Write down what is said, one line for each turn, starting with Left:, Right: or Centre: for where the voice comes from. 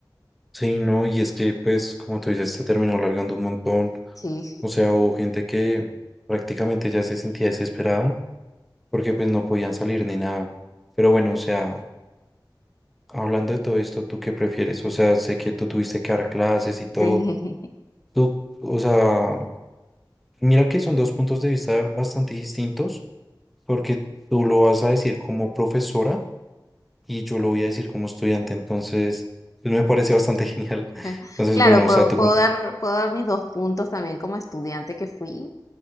Centre: Sí, no, y es que pues como tú dices, se terminó alargando un montón.
Left: Sí,
Centre: O sea, hubo gente que prácticamente ya se sentía desesperada porque pues no podían salir ni nada. Pero bueno, o sea, hablando de todo esto, ¿tú qué prefieres? O sea, sé que tú tuviste que dar clases y todo.
Left: sí.
Centre: Tú, o sea, mira que son dos puntos de vista bastante distintos, porque tú lo vas a decir como profesora y yo lo voy a decir como estudiante, entonces, pues me parece bastante <laughs> genial.
Left: <laughs>
Centre: Entonces,
Left: Claro,
Centre: bueno,
Left: puedo,
Centre: o sea, tú
Left: puedo
Centre: como...
Left: dar, puedo dar mis dos puntos también como estudiante que fui.